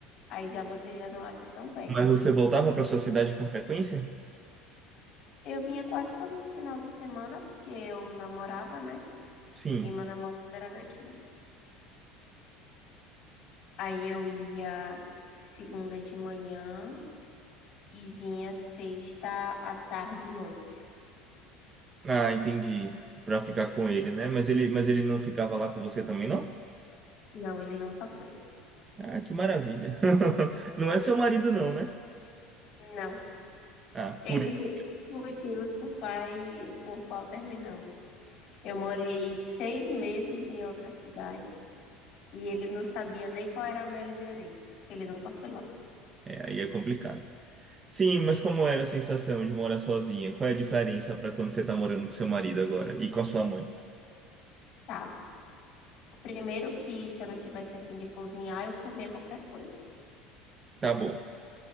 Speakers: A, on the left; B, on the right.
A: Aí já você já não acha tão perto.
B: Mas você voltava para sua cidade com frequência?
A: Eu vinha quase todo final de semana porque eu namorava, né?
B: Sim.
A: E meu namorado era daqui. Aí eu ia segunda de manhã e vinha sexta à tarde e noite.
B: Ah, entendi. Para ficar com ele, né? Mas ele, mas ele não ficava lá com você também, não?
A: Não, ele nunca foi.
B: Ah, que maravilha. <laughs> Não é seu marido, não, né?
A: Não.
B: Ah,
A: Esse
B: por isso.
A: foi um dos motivos por quais, por qual terminamos. Eu morei seis meses em outra cidade e ele não sabia nem qual era meu endereço, porque ele nunca foi lá.
B: É, aí é complicado. Sim, mas como era a sensação de morar sozinha? Qual é a diferença para quando você tá morando com seu marido agora e com a sua mãe?
A: Tá. Primeiro que se eu não tivesse a fim de cozinhar, eu comia qualquer coisa.
B: Tá bom.